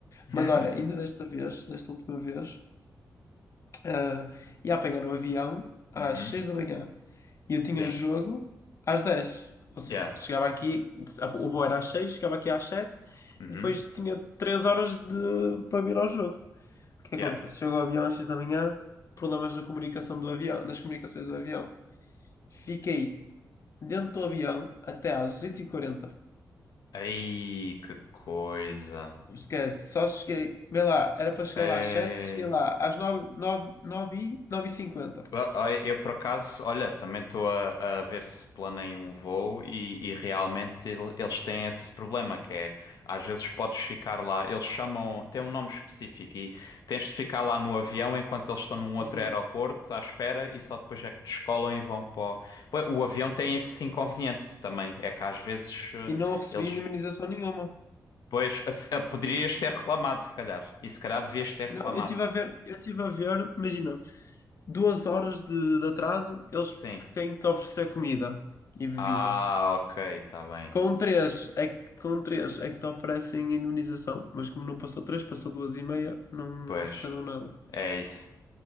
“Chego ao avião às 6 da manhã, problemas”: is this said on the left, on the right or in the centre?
Left